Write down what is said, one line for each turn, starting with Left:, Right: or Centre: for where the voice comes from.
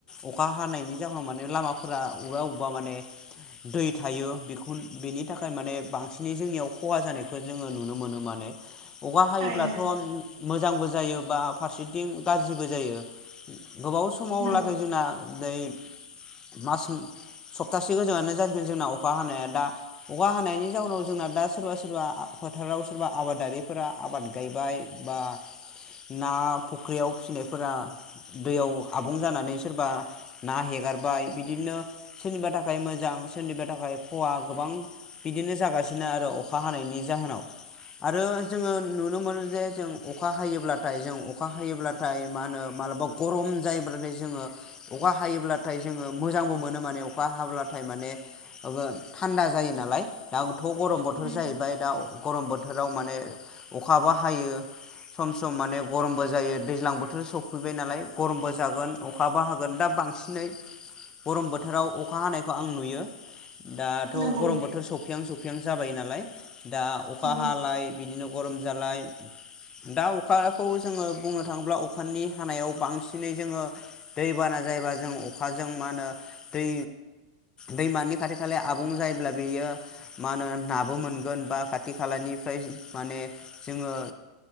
Left: अखा हानायनि जाहोनाव माने लामाफोरा बबेबा बबेबा माने दै थायो बेखौ बेनि थाखाय माने बांसिनै जोंनियाव खहा जानायखौ बेखौ जोङो नुनो मोनो माने अखा हायोब्लाथ
Right: थारैनो
Left: मोज मोजांबो जायो बा फारसेथिं गाज्रिबो जायो गोबाव समाव
Right: नोंगौ
Left: लागै जोंना दैै मास मो सप्ता एसे गोजाङानो जासिगोन जोंना अखा हानाया दा अखा हानायनि जाउनाव जोंना दा सोरबा सोरबा फोथाराव सोरबा आबादारिफोरा आबाद गायबाय बा ना फख्रियाव फिनायफोरा दैयाव आबुं जानानै सोरबा ना हेगारबाय बिदिनो सोरनिबा थाखाय मोजां सोरनिबा थाखाय खवा गोबां बिदिनो जागासिनो आरो अखा हानायनि जाहोनाव आरो जोङो नुनो मोनो जे जों अखा हायोब्लाथाय जों अखा हायोब्लाथाय मा होनो मालाबा गरम जायोब्लाथाय जोङो अखा हायोब्लाथाय जोङो मोजांबो मोनो माने अखा हाब्लाथाय माने ओ थान्दा जायो नालाय दा थ
Right: थारैनो
Left: गरम बोथोर जाहैबाय गरम बोथोराव माने अखाबो हायो सम सम माने गरमबो जायो दैज्लां बोथोर सफैबाय नालाय गरमबो जागोन अखाबो हागोन दा बांसिनै गरम बोथोराव अखा हानायखौ आं नुयो दाथ
Right: नंगौ
Left: गरम बोथोर सफैहां सौफैहां दैज्लां जाबाय नालाय दा अखा
Right: नंगौ
Left: हालाय बिदिनो गरम जालाय दा अखाखौ जोङो बुंनो थाङोब्ला अखानि हानायाव बांसिनै जोङो दैबाना जायोबा जों अखाजों मा होनो दै दैमानि खाथि खालाया आबुं जायोब्ला बेयो मा होनो नाबो मोन गोन बा खाथि खालानिफ्राय माने जोङो